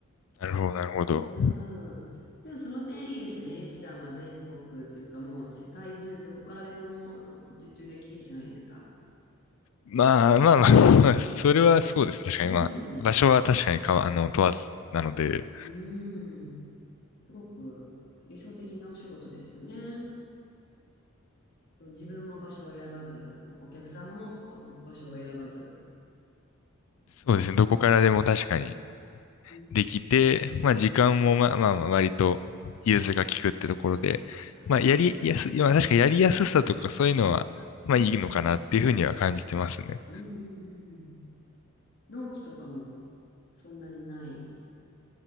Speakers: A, on the left (about 70°); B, on the left (about 50°).
A: なるほど、なるほど。
B: うん。でもその点いいですよね。ゆきさんは全国というかもう世界中どこからでもあの受注できるじゃないですか。
A: まあまあまあ、まあ、<laughs> それはそうですね。確かに、
B: うん。
A: まあ、場所は確かにかわ、あの、問わずなので、
B: うん。すごく理想的なお仕事ですよね。と自分も場所を選ばず、あのお客さんもうん場所を選ばず。
A: そうですね。どこからでも確かに
B: うん。
A: できて、まあ、時間もまあまあ、まあ割と融通が利くってところで、
B: あ、そうですね。
A: まあ、やりやす、まあ、確かにやりやすさとかそういうのは、まあ、
B: うん。
A: いいのかなっていうふうには感じてますね。
B: うんうんうんうん納期とかもそんなにない。